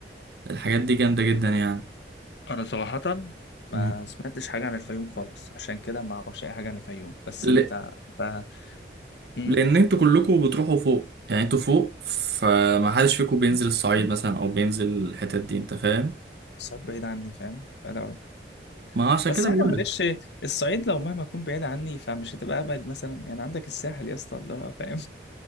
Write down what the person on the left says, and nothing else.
انا صراحة ما
سمعتش حاجة عن الفيوم خالص عشان كده ما اعرفش اي حاجة عن الفيوم بس
انت ب... مم.
الصعيد بعيد عني فاهم بعيد قوي
بس
يعني
معلش
الصعيد لو مهما تكون بعيد عني فمش هتبقى ابعد مثلا يعني عندك الساحل يا اسطى اللي هو فاهم